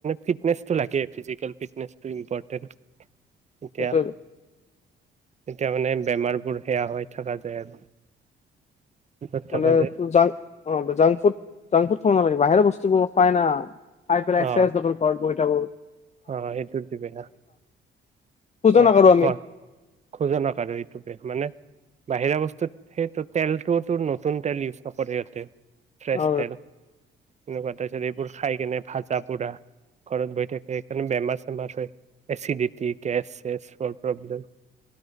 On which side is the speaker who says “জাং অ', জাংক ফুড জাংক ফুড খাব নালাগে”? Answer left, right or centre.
Left